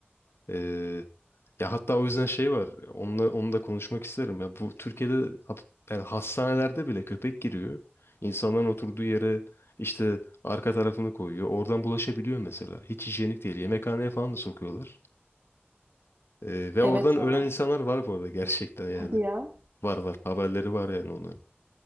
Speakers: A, on the left; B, on the right.
A: Ee, ya hatta o yüzden şey var. Onunla, onu da konuşmak isterim. Ya bu Türkiye'de hap- yani hastanelerde bile köpek giriyor. İnsanların oturduğu yere işte arka tarafını koyuyor. Oradan bulaşabiliyor mesela. Hiç hijyenik değil. Yemekhaneye falan da sokuyorlar. Ee, ve
B: Evet
A: oradan ölen
B: ya.
A: insanlar var bu arada gerçekten yani.
B: Hadi ya.
A: Var var. Haberleri var yani onların.